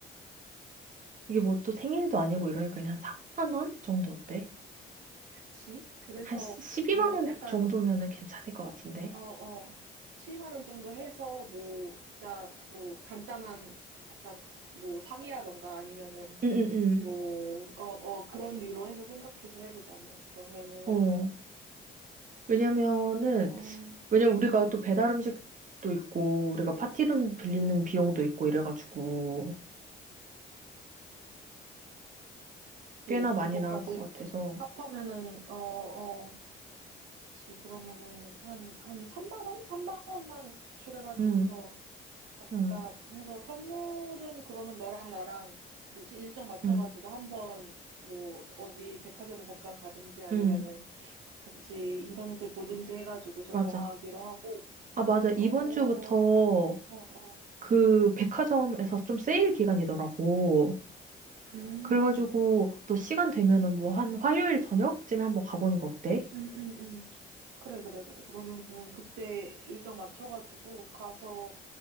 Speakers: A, on the right; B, on the right.
A: 이게 뭐 또 생일도 아니고 이러니까 그냥 3만 원 정도 어때?
B: 그치? 그래서
A: 한 12만
B: 뭐
A: 원
B: 약간
A: 정도면은 괜찮을 것 같은데.
B: 어, 어. 10만 원 정도 해서 뭐 진짜 뭐 간단한 약간 뭐 상이라던가 아니면은
A: 응응응.
B: 뭐 어, 어 그런 류로 해서 생각해서 해보자. 뭐 그러면은
A: 어. 왜냐면은
B: 어,
A: 왜냐면
B: 음, 음.
A: 우리가 또 배달 음식도 있고 우리가 파티룸 빌리는 비용도 있고 이래가지고
B: 그치.
A: 꽤나 많이
B: 그것까지
A: 나올 것 같아서.
B: 합하면은 어, 어. 그치, 그러면은 한, 한 3만 원? 3만 원만 각출해가지고서
A: 응,
B: 각자
A: 응,
B: 해서 선물은 그러면 너랑 나랑 뭐지? 일정 맞춰가지고
A: 응,
B: 한번 뭐 어디 백화점을 잠깐 가든지 아니면은
A: 응.
B: 같이 인터넷을 보든지 해가지고서
A: 맞아.
B: 정하기로 하고,
A: 아, 맞아.
B: 어,
A: 이번
B: 어,
A: 주부터
B: 어,
A: 그 백화점에서 좀 세일 기간이더라고.
B: 음.
A: 그래가지고 또 시간 되면은 뭐 한 화요일 저녁쯤에 한번 가보는 거 어때?
B: 음, 음, 음. 그래, 그래, 그래. 그러면은 그때 일정 맞춰가지고 가서